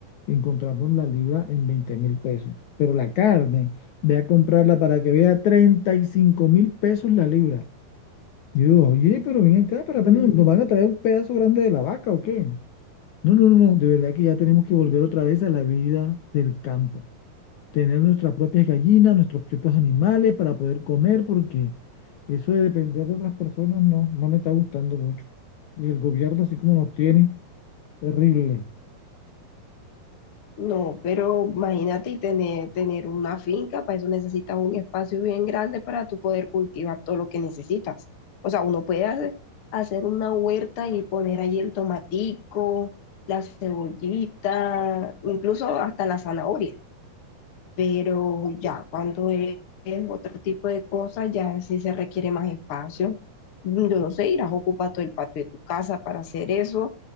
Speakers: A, on the left (about 65°); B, on the left (about 50°).
A: Encontramos la libra en veinte mil pesos. Pero la carne, ve a comprarla para que vea treinta y cinco mil pesos la libra. Y yo, oye, pero ven acá, para
B: Mm,
A: apenas nos nos van a traer un pedazo grande de la vaca o qué. No, no, no, de verdad que ya tenemos que volver otra vez a la vida del campo. Tener nuestras propias gallinas, nuestros propios animales para poder comer, porque eso de depender de otras personas no, no me está gustando mucho. Y el gobierno, así como nos tiene, terrible.
B: no, pero imagínate y tener, tener una finca, para eso necesitas un espacio bien grande para tú poder cultivar todo lo que necesitas. O sea, uno puede hacer, hacer una huerta y poner allí el tomatico, la cebollita, incluso hasta la zanahoria. pero ya cuando es, es otro tipo de cosas, ya sí se requiere más espacio. Yo no sé, irás a ocupar todo el patio de tu casa para hacer eso.